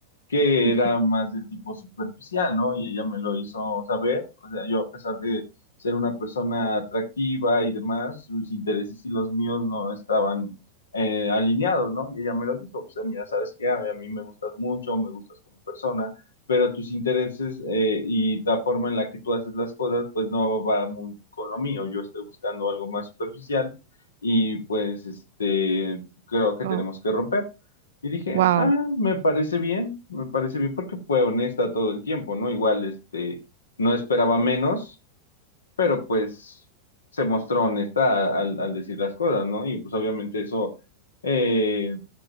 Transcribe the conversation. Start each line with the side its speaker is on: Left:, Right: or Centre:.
Left: que
Right: ujú,
Left: era más de tipo superficial, ¿no? Y ella me lo hizo saber, o sea, yo a pesar de ser una persona atractiva y demás, sus intereses y los míos no estaban eh, alineados, ¿no? Y ella me lo dijo, o sea, mira, sabes qué, a mí, a mí me gustas mucho, me gustas como persona, pero tus intereses eh, y la forma en la que tú haces las cosas, pues no va muy con lo mío, yo estoy buscando algo más superficial y pues este, creo que
Right: Oh,
Left: tenemos que romper. Y dije,
Right: wow.
Left: ah, me parece bien, me parece bien porque fue honesta todo el tiempo, ¿no? Igual, este, no esperaba menos, pero pues se mostró honesta al, al decir las cosas, ¿no? Y pues obviamente eso, eh,